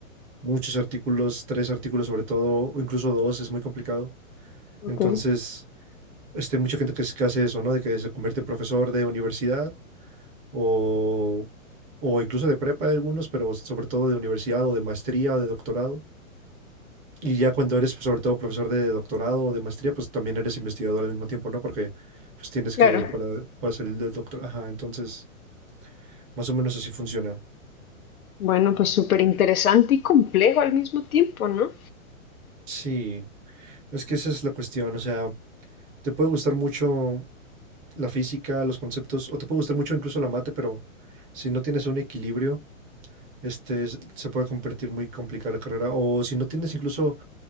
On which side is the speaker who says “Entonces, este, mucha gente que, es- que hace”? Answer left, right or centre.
Right